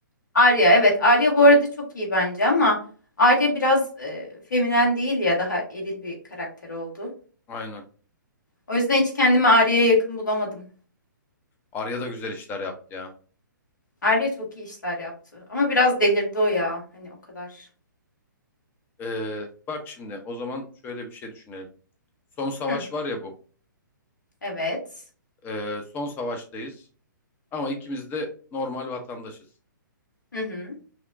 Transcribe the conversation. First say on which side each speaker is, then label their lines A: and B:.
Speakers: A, on the left; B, on the left.
A: Arya. Evet, Arya bu arada çok iyi bence ama Arya biraz e, feminen değil ya daha eril bir karakter oldu.
B: Aynen.
A: O yüzden hiç kendimi Arya'ya yakın bulamadım.
B: Arya da güzel işler yaptı ya.
A: Arya çok iyi işler yaptı. Ama biraz delirdi o ya. Hani o kadar.
B: Ee, bak şimdi o zaman şöyle bir şey düşünelim. Son savaş
A: Hı,
B: var ya bu.
A: evet.
B: Ee, son savaştayız. Ama ikimiz de normal vatandaşız.
A: Hı hı.